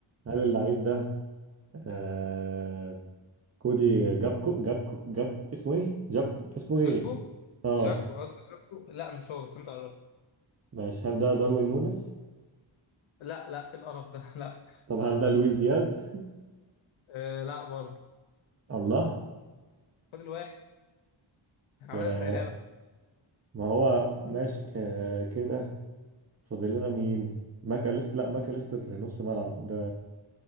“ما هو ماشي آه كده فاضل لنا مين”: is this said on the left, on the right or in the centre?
Right